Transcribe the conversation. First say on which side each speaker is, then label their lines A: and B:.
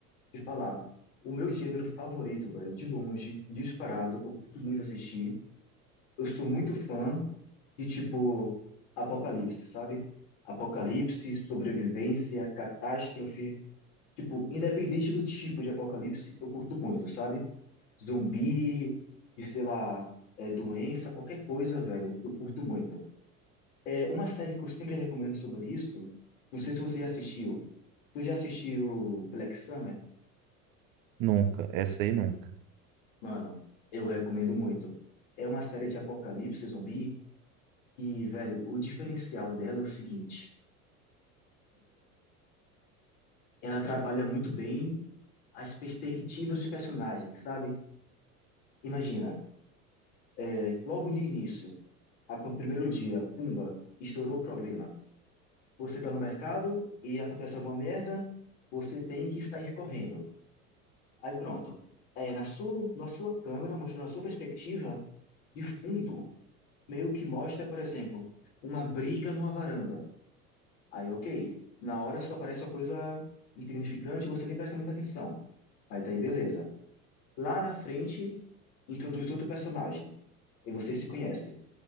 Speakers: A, on the left (about 55°); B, on the right (about 45°).
A: de falar, o meu gênero favorito, velho, de longe, disparado, que eu curto muito assistir, eu sou muito fã de tipo Apocalipse, sabe? Apocalipse, sobrevivência, catástrofe. Tipo, independente do tipo de apocalipse, eu curto muito, sabe? Zumbi, de sei lá, é, doença, qualquer coisa, velho, eu curto muito. É uma série que eu sempre recomendo sobre isso. Não sei se você já assistiu. Tu já assistiu Black Summer?
B: Nunca, essa aí nunca.
A: Mano, eu recomendo muito. É uma série de apocalipse zumbi que, velho, o diferencial dela é o seguinte: ela trabalha muito bem as perspectivas dos personagens, sabe? Imagina, é, logo no início, a- no primeiro dia, pumba, estourou o problema. Você tá no mercado e acontece alguma merda, você tem que sair correndo. Aí pronto. É, na sua, na sua câmera, mostrando a sua perspectiva de fundo, meio que mostra, por exemplo, uma briga numa varanda. Aí, ok. Na hora só aparece uma coisa insignificante, você nem presta muita atenção. Mas aí, beleza. Lá na frente, introduz outro personagem e vocês se conhecem.